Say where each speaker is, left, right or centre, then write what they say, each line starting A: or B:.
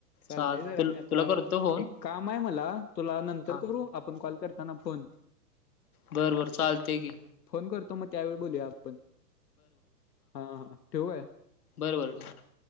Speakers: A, on the left; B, on the left.
A: चालते
B: चालतंय
A: जरा मी आता
B: तुला करतो फोन
A: एक कामाय मला, तुला नंतर
B: हा
A: करू आपण कॉल कर ताना फोन
B: बरबर चालते की.
A: फोन करतो म त्यावेळी बोलूया आपण, हा हा ठेवु काय?
B: बरबर ठेव्